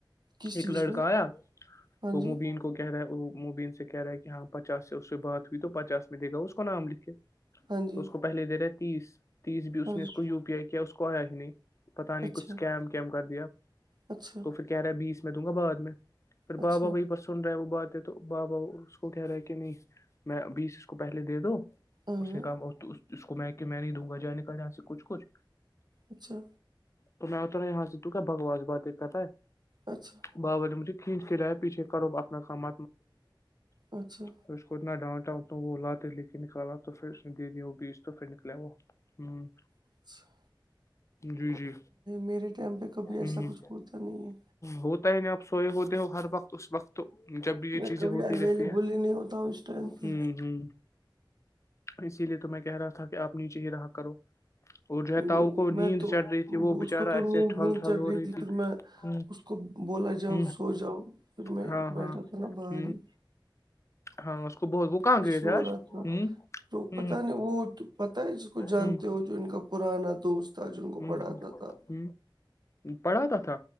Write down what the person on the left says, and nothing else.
ایک
لڑکا
آیا
تو
مبین کو کہہ رہا ہے مبین سے کہہ رہا ہے کہ ہاں پچاس سے اس سے بات ہوئی تو پچاس میں دے گا اس کو نام لکھے
تو اس کو پہلے دے رہے تیس تیس بھی اس
نے اس
کو یو پی آئی کیا اس کو آیا ہی نہیں پتہ نہیں
کچھ سکیم کر دیا
تو پھر کہہ رہا ہے بیس میں دوں گا بعد میں پھر
باہا وہی بس سن رہا ہے وہ بات ہے تو بابا اس کو کہہ رہا ہے کہ نہیں میں بیس اس کو پہلے دے دو
اس نے کہا اس کو میں کہ میں نہیں دوں گا جائے نکل جاں سے کچھ کچھ
تو میں اترا یہاں سے تو کیا بگواس بات دیکا تھا ہے
باب بولے مجھے کھینچ کےلاایا پیچھے کرو اپنا کام
پھر اس کو اتنا ڈانٹا تووں وہ لاتے لے کے نکالا تو پھر اس نے دے دییا وہ بیچ تو پھر نکلے وہ ہوں
جی جی
ہ
ہوتا ہی نہیں آپ سوئے ہوتے ہو ہر وقت اس وقت تو جب بھی یہ
چیزیں
ہوتی
رہتی ہیں
ہوں ہوں اسی لیے تو میں کہہ رہا تھا کہ آپ نیچے ہی رہا کرو اور جو ہے تاؤ
کو
نیند
چڑھ رہی تھی وہ بےچارا
ایسے
ٹھل
ٹھل
ہو
ہ
ہ
ہاں
ہاں
ہ
ہاں اس کو بہت وہ کہاں گئے
تھے آج
ہ
ہ
ہ
ہ
ہ پڑھاتا تھا